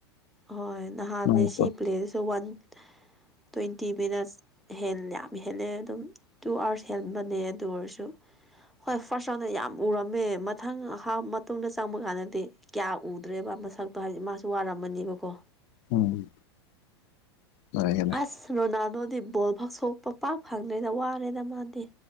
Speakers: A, in the centre; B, on the left.
A: ꯍꯣꯏ ꯊꯥꯝ
B: ꯎꯝ
A: ꯃꯦꯁꯤ ꯄ꯭ꯂꯦꯁꯤꯁꯨ ꯋꯥꯟ ꯇ꯭ꯋꯦꯟꯇꯤ ꯃꯤꯅꯠꯁ ꯍꯦꯜ ꯌꯥꯝ ꯍꯦꯜꯂꯦ ꯑꯗꯨꯝ ꯇꯨ ꯑꯥꯋꯥꯔꯁ ꯍꯦꯟꯕꯅꯦ ꯑꯗꯨ ꯑꯣꯏꯔꯁꯨ ꯍꯣꯏ ꯐꯥꯔꯁ ꯔꯥꯎꯟꯗ ꯌꯥꯝ ꯎꯔꯝꯃꯦ ꯃꯊꯪꯞ ꯃꯇꯨꯡꯗ ꯆꯪꯕ ꯀꯥꯟꯗꯗꯤ ꯀꯌꯥ ꯎꯗ꯭ꯔꯦꯕ ꯃꯁꯛꯇꯣ ꯍꯥꯏꯗꯤ ꯃꯥꯁꯨ ꯋꯥꯔꯝꯃꯅꯦꯕꯀꯣ
B: ꯎꯝ ꯍꯔꯦ
A: ꯑꯁ ꯔꯣꯅꯥꯜꯗꯣꯗꯤ ꯕꯣꯜ ꯐꯛ ꯁꯣꯛꯄ ꯄꯥꯛ ꯐꯪꯗ꯭ꯔꯦꯗ ꯋꯥꯔꯦꯗ ꯃꯥꯗꯤ꯫